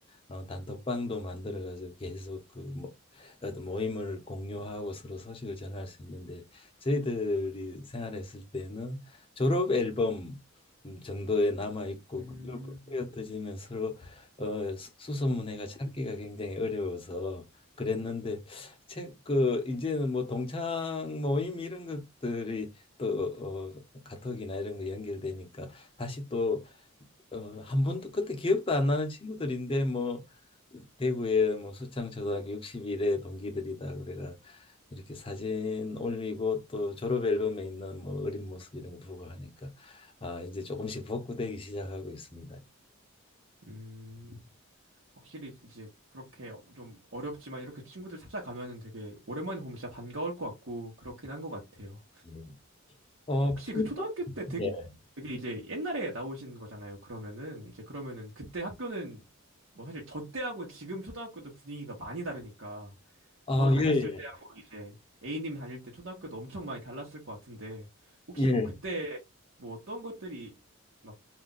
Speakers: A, on the left; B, on the right.
A: 어, 단톡방도 만들어 가지고 계속 그 뭐, 어떤 모임을 공유하고 서로 소식을 전할 수 있는데 저희들이 생활했을 때는 졸업 앨범 정도에 남아 있고
B: 음,
A: 그리고 흩어지면 서로 어, 수- 수소문해가 찾기가 굉장히 어려워서 그랬는데 책그 이제는 뭐 동창 모임 이런 것들이 또 어, 카톡이나 이런 거 연결되니까 다시 또 어, 한 번도 그때 기억도 안 나는 친구들인데 뭐 대구에 뭐 수창초등학교 60일에 동기들이다 그래가 이렇게 사진 올리고 또 졸업 앨범에 있는 뭐 어린 모습 이런 거 보고 하니까 아 이제 조금씩 복구되기 시작하고 있습니다.
B: 음, 확실히 이제 그렇게 좀 어렵지만 이렇게 친구들 찾아가면은 되게 오랜만에 보면 진짜 반가울 것 같고 그렇긴 한 것 같아요.
A: 예. 어,
B: 혹시 그 초등학교 때 되게,
A: 예.
B: 되게 이제 옛날에 나오신 거잖아요. 그러면은 이제 그러면은 그때 학교는 뭐 사실 저 때하고 지금 초등학교도 분위기가 많이 다르니까
A: 아,
B: 저 다녔을
A: 예,
B: 때하고 이제 A님 다닐 때 초등학교도 엄청 많이 달랐을 것 같은데 혹시
A: 예. 예.
B: 뭐 그때 뭐 어떤 것들이 막